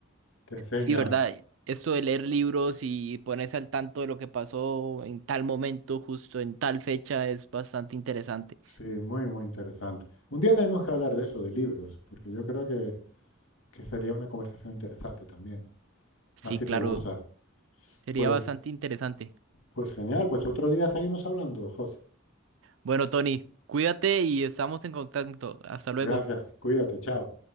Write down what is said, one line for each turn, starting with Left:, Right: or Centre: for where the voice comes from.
Left: Te enseña,
Right: sí, ¿verdad? Esto de leer libros y ponerse al tanto de lo que pasó en tal momento, justo en tal fecha, es bastante interesante.
Left: sí, muy, muy interesante. Un día tenemos que hablar de eso, de libros, porque yo creo que, que sería una conversación interesante también.
Right: Sí,
Left: Más si
Right: claro,
Left: te gusta.
Right: sería
Left: Pues,
Right: bastante interesante.
Left: pues genial, pues otro día seguimos hablando, José.
Right: Bueno, Tony, cuídate y estamos en contacto. Hasta luego.
Left: Gracias, cuídate, chao.